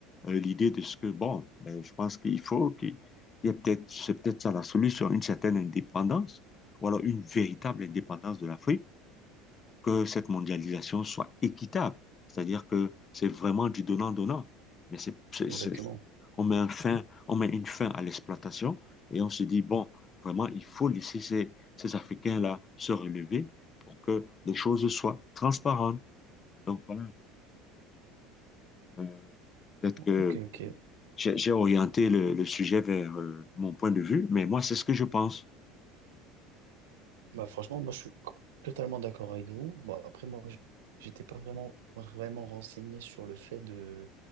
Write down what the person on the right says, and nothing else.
Exactement.
Ok,
ok.
Bah franchement, moi je suis co- totalement d'accord avec vous. Bon, après, moi, j- j'étais pas vraiment, vraiment renseigné sur le fait de,